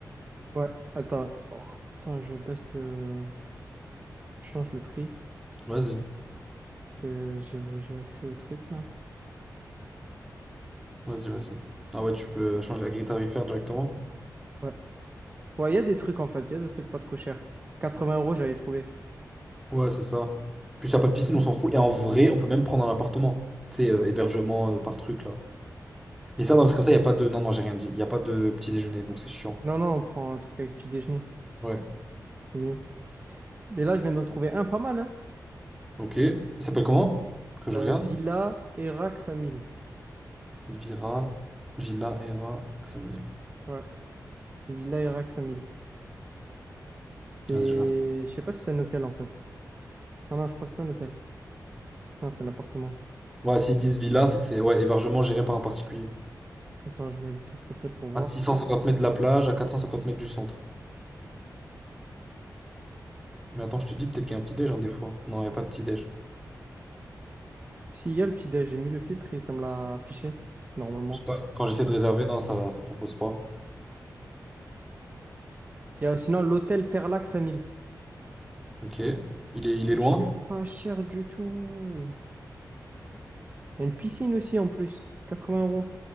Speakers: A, on the right; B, in the centre.
A: Ouais, attends. Oh, attends, je baisse le. Je change le prix.
B: Vas-y,
A: que j'ai j'ai accès au truc là.
B: vas-y, vas-y. Ah ouais, tu peux euh, changer la grille tarifaire directement.
A: Ouais. Ouais, il y a des trucs en fait, il y a des trucs pas trop chers. 80 euros, j'avais trouvé.
B: Ouais, c'est ça. Puis ça a pas de piscine, on s'en fout. Et en vrai, on peut même prendre un appartement. Tu sais, euh, hébergement euh, par truc là. Mais ça, dans le truc comme ça, y a pas de. Non, non, j'ai rien dit. Y a pas de petit déjeuner, donc c'est chiant.
A: Non, non, on prend un truc avec petit déjeuner,
B: Ouais.
A: c'est mieux. Mais là, je viens d'en trouver un pas mal, hein.
B: Ok. Il s'appelle comment? Que je
A: Euh,
B: regarde.
A: Villa Erax à 1000.
B: Vira, Villa, Era, Xamil.
A: Ouais, Villa Erax à 1000. C'est...
B: Vas-y, je regarde ça.
A: Je sais pas si c'est un hôtel en fait. Ah non, je crois que c'est pas un hôtel. Non, c'est un appartement.
B: Ouais, s'ils disent villa, c'est que c'est ouais, hébergement géré par un particulier.
A: Attends, je mets le filtre hôtel pour voir.
B: À six cent cinquante mètres de la plage, à 450 mètres du centre. Mais attends, je te dis, peut-être qu'il y a un petit-déj, hein, des fois. Non, il n'y a pas de petit-déj.
A: Si, il y a le petit déj, j'ai mis le filtre et ça me l'a affiché, normalement.
B: Je sais pas, Quand j'essaie de réserver, non, ça, ça propose pas.
A: Il y a sinon l'hôtel Perlax à 1000.
B: Ok. Il est, il est
A: Wesh,
B: loin?
A: il est pas cher du tout. Il y a une piscine aussi en plus. 80 euros.